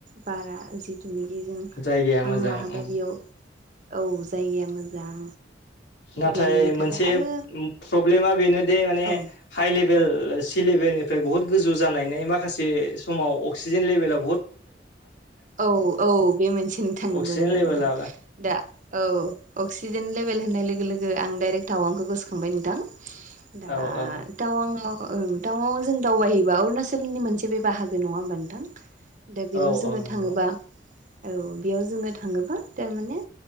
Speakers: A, on the right; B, on the left.
A: बारा जिथुनिखि जों
B: जायगाया
A: हां
B: मोजां
A: लाहोबाय
B: उम
A: बेयाव औ जायगाया। मोजां
B: नाथाय
A: बेरायनो
B: मोनसे
A: थाखाय आरो
B: उम प्रब्लेमा बेनोदे माने
A: औ
B: हाइ लेभेल सि लेभेलनिफ्राय बुहुत गोजौ जानानै माखासे समाव अक्सिजेन लेभेलाव
A: औ औ औ बे मोनसे नोंथां नंगौ
B: अक्सिजेन
A: नंगौ
B: लेभेला
A: नोंथां दा औ अक्सिजेन लेभेल होननाय लोगो लोगो आं डाइरेक्ट टावांखौ गोसोखांबाय नोंथां दा
B: औ औ
A: <unintelligible> टाउनाव टाउनाव जों दावबायहैबा अरुणाचलनि मोनसे बे बाहागो नङा होमबा नोंथां। दा बेयाव
B: औ
A: जोङो
B: औ नंगौ
A: थाङोबा औ बेयाव जोङो थाङोबा थारमाने